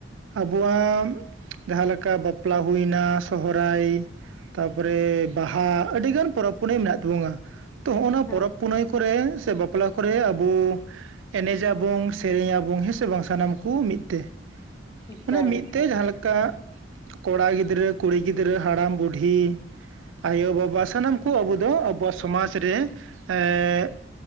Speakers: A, on the right; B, on the left.
A: ᱟᱵᱚᱣᱟᱜ‌ ᱡᱟᱦᱟᱸ ᱞᱮᱠᱟ ᱵᱟᱯᱞᱟ ᱦᱩᱭ ᱱᱟ ᱥᱚᱦᱨᱟᱭᱼᱼ ᱛᱟᱨᱯᱚᱨᱮ ᱵᱟᱦᱟ ᱟᱹᱰᱤ ᱜᱟᱱ ᱯᱚᱨᱚᱵᱽ ᱯᱩᱱᱟᱹᱭ ᱢᱮᱱᱟᱜ ᱛᱟᱹᱵᱩᱝᱟ᱾ ᱛᱚ ᱦᱚᱸᱜ ᱚᱱᱟ
B: ᱦᱮᱸ
A: ᱯᱚᱨᱚᱵᱽ ᱯᱩᱱᱟᱹᱭ ᱠᱚᱨᱮ ᱥᱮ ᱵᱟᱯᱞᱟ ᱠᱚᱨᱮ ᱟᱹᱵᱩ ᱮᱱᱮᱡᱟ ᱵᱚᱝ ᱥᱮᱨᱮᱧᱟ ᱵᱚᱝ ᱦᱮᱸᱥᱮ ᱵᱟᱝ ᱥᱟᱱᱟᱢ ᱠᱩ ᱢᱤᱫ ᱛᱮ᱾
B: ᱮᱠᱟᱞ
A: ᱢᱟᱱᱮ ᱢᱤᱫ
B: ᱮᱠᱟᱞ
A: ᱛᱮ ᱡᱟᱦᱟᱸ ᱞᱮᱠᱟ ᱠᱚᱲᱟ ᱜᱤᱫᱽᱨᱟᱹ ᱠᱩᱲᱤ ᱜᱤᱫᱽᱨᱟᱹ ᱦᱟᱲᱟᱢ ᱵᱩᱰᱷᱦᱤ᱾ ᱟᱭᱚ ᱵᱟᱵᱟ ᱥᱟᱱᱟᱢ ᱠᱚ ᱟᱵᱚ ᱫᱚ ᱟᱵᱚᱣᱟᱜ ᱥᱚᱢᱟᱪ ᱨᱮ ᱮᱜ